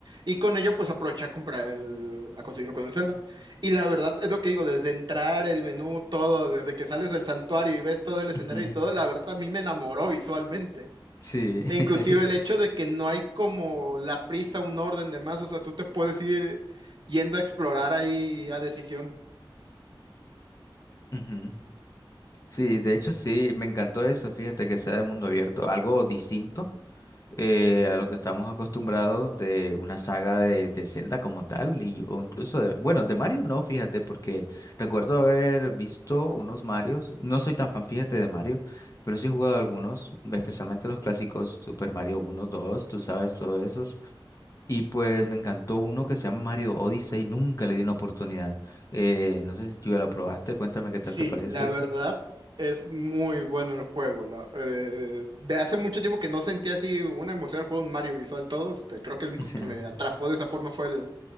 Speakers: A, on the right; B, on the left.
A: Y con ello pues aproveché a comprar el, a conseguirlo con el Zelda. Y la verdad es lo que digo, desde entrar el menú, todo, desde que sales del santuario y ves todo el escenario
B: Ujú,
A: y todo, la verdad a mí me enamoró visualmente.
B: Sí. <laughs>
A: E inclusive el hecho de que no hay como la prisa, un orden de más, o sea, tú te puedes ir yendo a explorar ahí a decisión.
B: Ujú. Sí, de hecho sí, me encantó eso, fíjate que sea de mundo abierto, algo distinto eh, a lo que estamos acostumbrados de una saga de, de Zelda como tal, y, o incluso de, bueno, de Mario no, fíjate, porque recuerdo haber visto unos Marios, no soy tan fan, fíjate, de Mario, pero sí he jugado algunos, especialmente los clásicos Super Mario uno, 2, tú sabes, todos esos, y pues me encantó uno que se llama Mario Odyssey, nunca le di una oportunidad, eh, no sé si tú ya lo probaste, cuéntame qué
A: Sí,
B: tal te parece
A: la
B: ese.
A: verdad es muy bueno el juego. la- eh, de hace mucho tiempo que no sentía así una emoción al juego, un Mario visual todo. Este, creo que el único
B: <laughs>
A: que me atrapó de esa forma fue el...